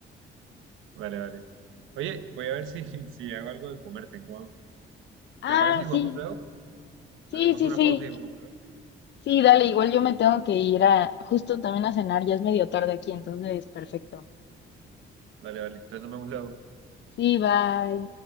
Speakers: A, on the right; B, on the left.
A: Vale, vale. Oye, voy a ver si, <laughs> si hago algo de comer, tengo hambre.
B: Ah,
A: ¿Te parece si jugamos
B: sí.
A: luego?
B: Sí,
A: Hacemos
B: sí,
A: una
B: sí.
A: pausa y jugamos luego.
B: Sí, dale, igual yo me tengo que ir a justo también a cenar, ya es medio tarde aquí, entonces perfecto.
A: Vale, vale. Entonces nos vemos luego.
B: Sí, bye.